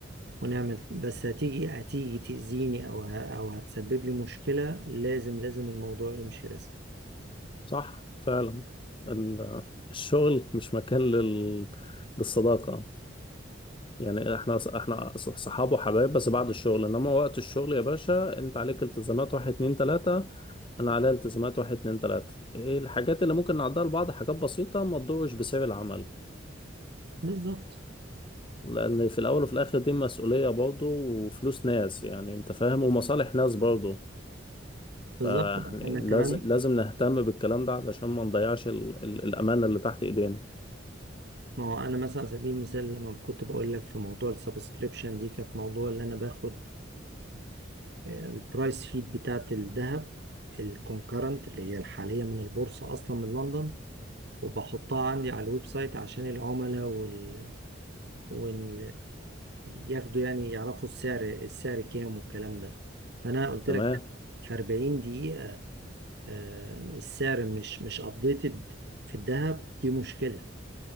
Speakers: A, on the right; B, on the left.
A: ونعمل بس هتيجي هتيجي تأذيني او ه... او هتسبب لي مشكلة لازم لازم الموضوع يمشي رسمي
B: صح فعلا ال- الشغل مش مكان لل... للصداقه يعني احنا احنا صحاب وحبايب بس بعد الشغل انما وقت الشغل يا باشا انت عليك التزامات واحد اتنين تلاتة انا عليا التزامات واحد اتنين تلاتة ايه الحاجات اللي ممكن نعدها لبعض حاجات بسيطة ما تضرش بسعر العمل
A: بالظبط
B: لان في الاول وفي الاخر دي مسؤولية برضه وفلوس ناس يعني انت فاهم ومصالح ناس برضه
A: بالظبط
B: فلازم
A: انا كمان
B: لازم نهتم بالكلام ده علشان ما نضيعش ال... ال... الامانة اللي تحت ايدينا
A: ما هو انا مثلا على سبيل المثال لما كنت بقول لك في موضوع السبسكريبشن دي كانت موضوع اللي انا باخد البرايس فيد بتاعت الذهب الكونكرنت اللي هي الحالية من البورصة أصلا من لندن وبحطها عندي على الويب سايت عشان العملاء وال... وال... ياخدوا يعني يعرفوا السعر السعر كام والكلام ده فأنا قلت
B: تمام
A: لك في 40 دقيقة آه، السعر مش مش ابديتد في الذهب دي مشكلة